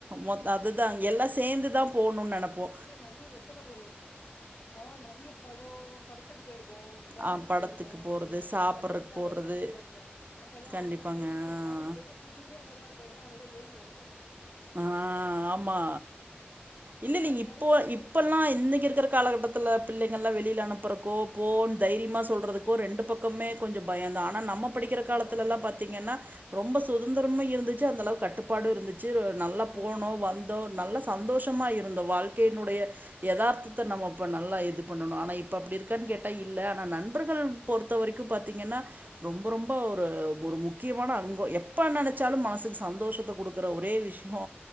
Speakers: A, on the right; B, on the left.
A: மொத் அதுதா எல்லா சேந்துதா போணுன் நெனைப்போ
B: நறைய எத்தன ஒரு ஆ நறைய படோ படத்துக்கு போயிருக்கோ மாலுக்கு
A: அ படத்துக்கு
B: போயிருக்கோ
A: போறது,
B: இந்த
A: சாப்பிட்றக்கு
B: ஒன் டே ஷடோன்
A: போறது.
B: நடக்கு பாருங்க அப்பல்லா
A: கண்டிப்பாங்க.
B: ஒன்னா சேந்து மாலுக்கு
A: ஆ.
B: போயிட்டு ஃபுல் டே அங்கதா இருப்போ ஏனா அங்கதா ஏசி ஓடு
A: ஆ ஆமா இல்ல நீங்க
B: அதனால
A: இப்போ
B: அங்க போயிட்டு
A: இப்பல்லா இன்னைக்கு இருக்குற காலகட்டத்துல பிள்ளைங்கள்லா வெளில அனுப்புறக்கோ போனு தைரியமா சொல்றதுக்கோ ரெண்டு பக்கமே கொஞ்சோ பயந்தா ஆனா நம்ம படிக்கிற
B: பயந்தா
A: காலத்துலலா
B: ஆமாங்க.
A: பாத் திங்கன்னா ரொம்ப சுதந்திரமு இருந்துச்சு அந்தளவுக்கு கட்டுபாடு இருந்துச்சு <unintelligible> நல்லா போனோம்
B: ஆமா.
A: வந்தோம் நல்ல சந்தோஷமா இருந்தோம் வாழ்க்கையினுடைய எதார்த்தத்தை நம்ம இப்போ நல்லா இது பண்ணணும் ஆனா இப் ப அப்டி இருக்கான்னு கேட்டா இல்ல ஆனா நண்பர்கள் பொறுத்த வரைக்கும் பாத்தீங்கன்னா ரொம்ப ரொம்ப ஒரு ஒரு முக்கியமான அங்கம் எப்ப நெனைச்சாலும் மனசுக்கு சந்தோஷத்தை கொடுக்குற ஒரு ஒரே விஷயோ